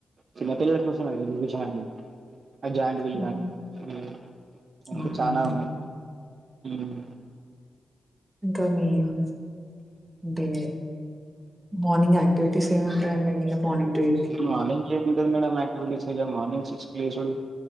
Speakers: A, on the right; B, on the right.
A: చిన్నపిల్లలు కోసమే ఎగ్జిబిషన్ అన్ని అ జాయింట్ వీల్
B: హ్మ్.
A: కానీ ఊ ఇంక
B: అవునండి
A: చానా ఉన్నాయి ఉమ్
B: ఇంకా మీరు అంటే మార్నింగ్ యాక్టివిటీస్ ఏమి ఉంటాయండి <unintelligible> మార్నింగ్ టు ఈవినింగ్?
A: మార్నింగ్ ఏముంటది మేడం యాక్టివిటీస్ ఇగ మార్నింగ్ సిక్స్ కి లేసుడు